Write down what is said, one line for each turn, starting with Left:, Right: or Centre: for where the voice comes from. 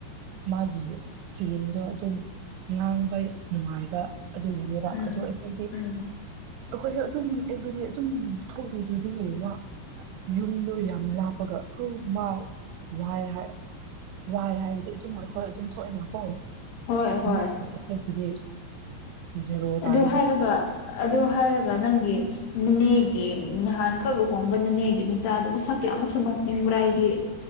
Right: ꯃꯥꯒꯤ ꯐꯤꯂꯤꯡꯗꯣ ꯑꯗꯨꯝ ꯉꯥꯡꯕ ꯅꯨꯡꯉꯥꯏꯕ ꯑꯗꯨꯒꯤꯅꯦꯕ
Left: ꯎꯝ
Right: ꯑꯗꯣ ꯑꯩꯈꯣꯏꯗꯤ
Left: ꯎꯝ
Right: ꯑꯩꯈꯣꯏꯁꯨ ꯑꯗꯨꯝ ꯑꯦꯕ꯭ꯔꯤꯗꯦ ꯑꯗꯨꯝ ꯊꯣꯛꯂꯤꯗꯨꯗꯤ ꯋꯥ ꯌꯨꯝꯗꯣ ꯌꯥꯝ ꯂꯥꯞꯄꯒ ꯀꯨ ꯃꯥꯎ ꯋꯥꯏ ꯍꯥꯏ ꯋꯥꯏ ꯍꯥꯏꯔꯗꯤ ꯑꯗꯨꯝ ꯑꯩꯈꯣꯏ ꯑꯗꯨꯝ ꯊꯣꯛꯑꯦꯅꯀꯣ <unintelligible>
Left: ꯍꯣꯏ ꯍꯣꯏ
Right: ꯖꯦꯔꯣ ꯇꯥꯔꯦꯅꯦ
Left: ꯑꯗꯨ ꯍꯥꯏꯔꯒ ꯑꯗꯨ ꯍꯥꯏꯔꯒ ꯅꯪꯒꯤ ꯅꯥꯅꯦꯒꯤ ꯅꯍꯥꯟ ꯈꯛ ꯂꯨꯍꯣꯡꯕ ꯅꯥꯅꯦꯒꯤ ꯃꯤꯆꯥꯗꯨ ꯃꯁꯛ ꯀꯌꯥꯃꯨꯛꯁꯨ ꯅꯣꯛꯅꯤꯡꯕ꯭ꯔꯥ ꯑꯩꯗꯤ